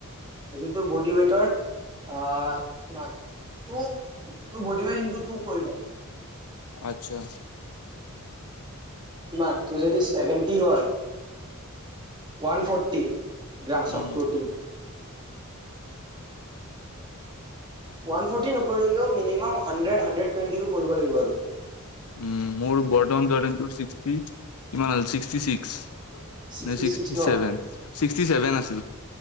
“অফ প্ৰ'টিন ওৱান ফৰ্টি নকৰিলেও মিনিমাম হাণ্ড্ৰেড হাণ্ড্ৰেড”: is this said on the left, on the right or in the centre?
Right